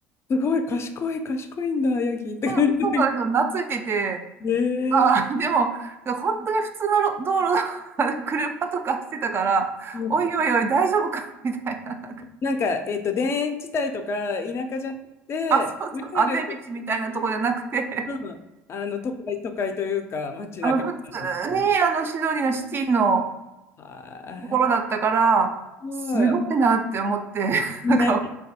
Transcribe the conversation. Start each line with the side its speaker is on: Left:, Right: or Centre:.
Left: すごい、賢い、賢いんだ、ヤギって感じで。
Right: そうそうなんですよ、懐いてて、
Left: ええ
Right: あー、<laughs> でも、本当に普通のろ道路だ <laughs> 車とかしてたから、
Left: うん、
Right: おいおいおい、大丈夫かみたいな。なんか
Left: なんか、えっと、田園地帯とか田舎じゃなくて、
Right: あ、そうそう、
Left: いわゆる、
Right: あぜ道みたいなとこじゃなくて、<laughs>
Left: うん、あの、都会、都会というか、街中みたい
Right: あの、普通に、あの、シドニーのシティの
Left: な。はい。
Right: ところだったから、
Left: すごい。
Right: すごいなって思って、<laughs>
Left: ね、
Right: なんか、